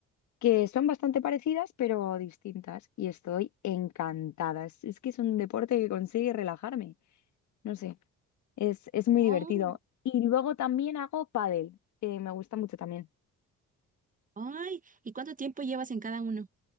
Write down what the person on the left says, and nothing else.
que son bastante parecidas pero distintas y estoy encantada, es, es que es un deporte que consigue relajarme, no sé. Es, es muy
divertido. Y luego también hago pádel, que me gusta mucho también.